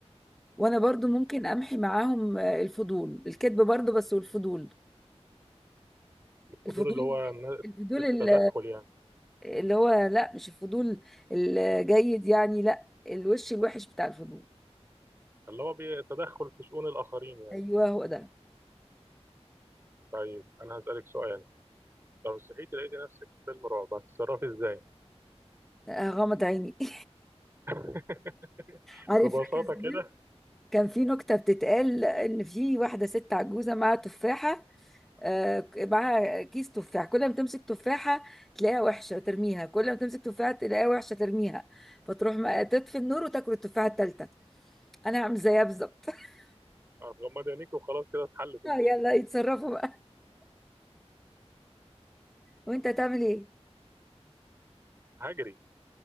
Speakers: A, in the centre; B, on the right.
A: وأنا برضو ممكن أمحي معاهم آه، الفضول الكذب برضو بس والفضول
B: الفضول
A: الفضول
B: اللي هو النا-
A: الفضول
B: التدخل
A: ال-
B: يعني
A: اللي هو لا مش الفضول الجيد يعني لا الوش الوحش بتاع الفضول
B: اللي هو بي- التدخل في شؤون الاخرين يعني
A: أيوه هو ده
B: طيب انا هسألك سؤال لو صحيتي لقيتي نفسك في فيلم رعب هتتصرفي ازاي
A: غمض عيني <laughs>
B: <laughs>
A: عارف
B: ببساطة
A: فاكر زمان
B: كده
A: كان في نكتة بتتقال إن في واحدة ست عجوزة معاها تفاحة آه، معاها كيس تفاح كل ما تمسك تفاحة تلاقيها وحشة ترميها كل ما تمسك تفاحة تلاقيها وحشة ترميها فتروح ما تطفي النور وتاكل التفاحة التالتة أنا هعمل زيها بالظبط <laughs>
B: هتغمضي عينيك وخلاص كده اتحلت المشكلة
A: آه، يلا يتصرفوا بقى وأنت هتعمل إيه؟
B: هجري